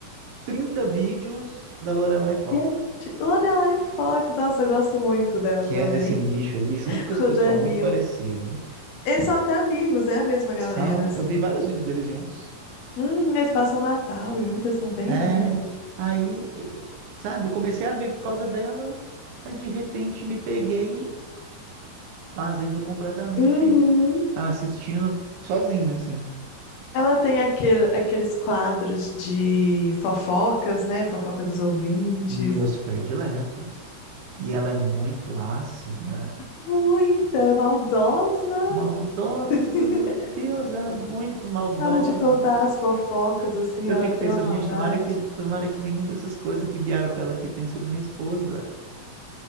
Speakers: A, on the right; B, on the left.
A: 30 vídeos da Lorelai Fox
B: Gente, Lorelai Fox, nossa, eu gosto muito dela
A: que
B: também.
A: é desse nicho ali, junto
B: <laughs>
A: com esse
B: O
A: pessoal
B: Danilo.
A: muito parecido.
B: Eles são até amigos, é a mesma galera,
A: São,
B: assim.
A: eu vi vários vídeos deles juntos.
B: Uhum, eles passam Natal juntos, eles são bem
A: É,
B: amigos.
A: aí, eh, sabe, eu comecei a ver por causa dela, mas de repente me peguei fazendo completamente,
B: Uhum.
A: sabe, assistindo sozinho, assim,
B: Ela tem aquele, aqueles quadros de fofocas, né? Fofoca dos ouvintes.
A: meus prediletos. E ela é muito ácida,
B: Muita, ela é maldosa.
A: maldosa,
B: <laughs>
A: meu Deus, ela é muito maldosa.
B: Na hora de contar as fofocas, assim,
A: Eu
B: ela
A: fico
B: tem
A: pensando,
B: uma maldade.
A: gente, tomara que, tomara que nenhuma dessas coisas que vieram pra ela aqui tenha sido minha esposa.